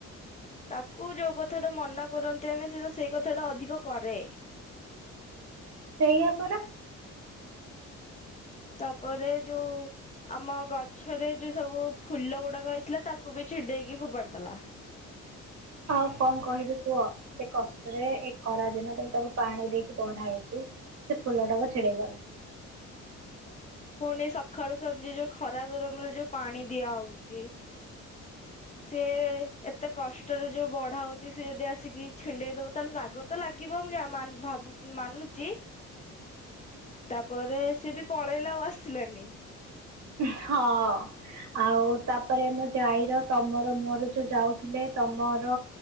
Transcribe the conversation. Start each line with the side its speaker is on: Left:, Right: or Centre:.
Left: ତାକୁ ଯୋଉ କଥା ଟା ମନା କରନ୍ତି ଆମେ ସେ ତ ସେଇ କଥା ଟା ଅଧିକ କରେ
Right: ସେଇାପରା
Left: ତାପରେ ଯୋଉ ଆମ ଗଛରେ ଯୋଉ ସବୁ ଫୁଲ ଗୁଡାକ ହେଇଥିଲା ତାକୁ ବି ଛିଣ୍ଡେଇକି ଫୋପାଡିଦେଲା
Right: ଆଉ କଣ କହିବି କୁହ ଏତେ କଷ୍ଟରେ ଏ ଖରା ଦିନ ଟା ବି ତାକୁ ପାଣି ଦେଇକି ବଢା ହେଇଛି ସେ ଫୁଲ ଟାକୁ ଛିଡେଇଦେଲା
Left: ପୁଣି ସକାଳୁ ସଞ୍ଜେ ଯୋଉ ଖରା ଗରମରେ ଯୋଉ ପାଣି ଦିଆ ହଉଛି ସିଏ ଏତେ କଷ୍ଟରେ ଯୋଉ ବଢା ହଉଛି ସିଏ ଯଦି ଆସିକି ଛିଣ୍ଡେଇ ଦବ ତାହେଲେ ରାଗ ତ ଲାଗିବ ମୁାବ ମାନୁଛି ତାପରେ ସିଏ ବି ପଳେଇ ଆଉ ଆସିଲାନି
Right: ହଁ ଆଉ ତାପରେ ଆମେ ଯାଇର ତମର ମୋର ଯୋଉ ଯାଉଥିଲେ ତମର